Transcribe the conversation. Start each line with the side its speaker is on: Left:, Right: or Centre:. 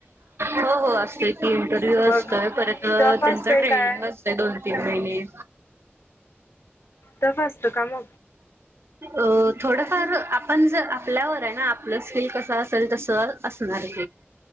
Right: हो हो असते की इंटरव्ह्यू
Left: मग
Right: असतोय पर.
Left: टफ
Right: त्यांच
Left: असतोय
Right: ट्रेनिंग
Left: काय
Right: असत दोन तीन महिने.
Left: तफ असत काम
Right: अ थोडफार आपण ज आपल्यावर आहे ना पलसकिल कसं असेल तस असणार